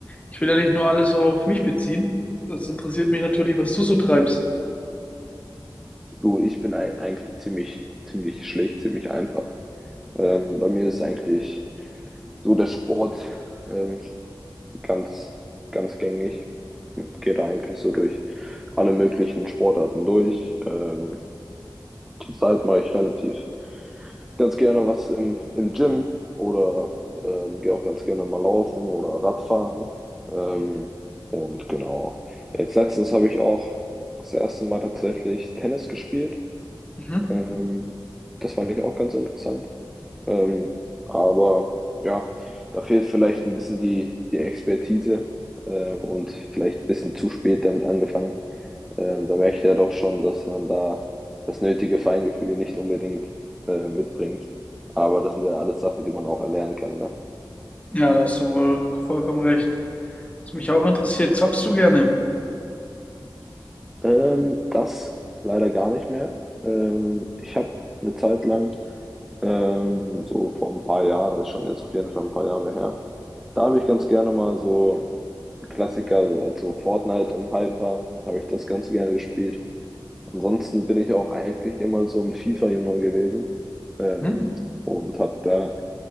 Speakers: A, on the left; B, in the centre.
A: ich will ja nicht nur alles so auf mich beziehen. Das interessiert mich natürlich, was du so treibst.
B: du, ich bin ei- eigentlich ziemlich, ziemlich schlecht, ziemlich einfach. Ähm, bei mir ist eigentlich so der Sport. Ähm, ganz, ganz gängig. Gehe da eigentlich so durch alle möglichen Sportarten durch. Ähm, zurzeit mache ich relativ ganz gerne was im, im Gym oder ähm, gehe auch ganz gerne mal laufen oder Radfahren. Ähm, und genau. Jetzt letztens habe ich auch das erste Mal tatsächlich Tennis gespielt.
A: Mhm.
B: Ähm, das fand ich auch ganz interessant. Ähm, aber ja, da fehlt vielleicht ein bisschen die, die Expertise äh, und vielleicht ein bisschen zu spät damit angefangen. Ähm, da merke ich ja doch schon, dass man da das nötige Feingefühl nicht unbedingt äh, mitbringt. Aber das sind ja alles Sachen, die man auch erlernen kann. Ne?
A: Ja, da hast du wohl vollkommen recht. Was mich auch interessiert, zockst du gerne?
B: Ähm, das leider gar nicht mehr. Ähm, ich habe eine Zeit lang, ähm, so vor ein paar Jahren, ist schon jetzt auf jeden Fall ein paar Jahre her, da habe ich ganz gerne mal so Klassiker, also als so Fortnite im Hype war, habe ich das Ganze gerne gespielt. Ansonsten bin ich auch eigentlich immer so ein FIFA-Junge gewesen ähm,
A: Mhm.
B: und habe da